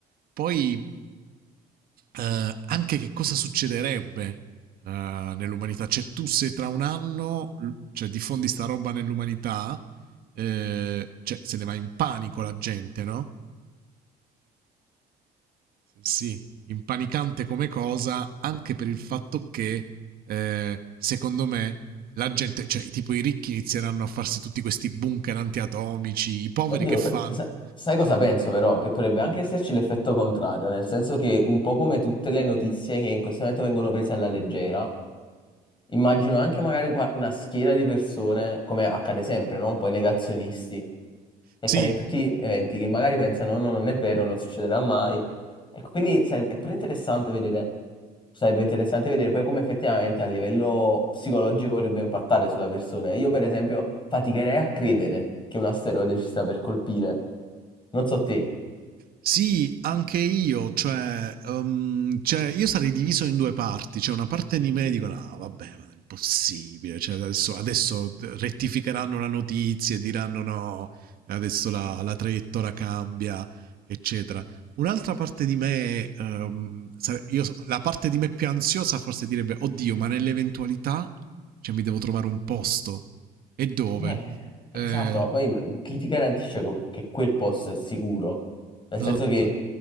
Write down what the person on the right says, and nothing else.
Poi eh, anche che cosa succederebbe eh, nell'umanità? Cioè, tu se tra un anno cioè, diffondi sta roba nell'umanità, eh, cioè, se ne va in panico la gente, no? Sì, sì, impanicante come cosa, anche per il fatto che, eh, secondo me, la gente, cioè tipo i ricchi inizieranno a farsi tutti questi bunker antiatomici, i poveri
che fanno?
Sì,
Sì, anche io, cioè, ehm, cioè, io sarei diviso in due parti, cioè una parte di me dico no, vabbè, ma è impossibile, cioè, adesso, adesso rettificheranno la notizia e diranno no, adesso la, la traiettoria cambia, eccetera. Un'altra parte di me, ehm, sare- io so- la parte di me più ansiosa forse direbbe, oddio, ma nell'eventualità, cioè, mi devo trovare un posto. E dove?
Eh,
esatto.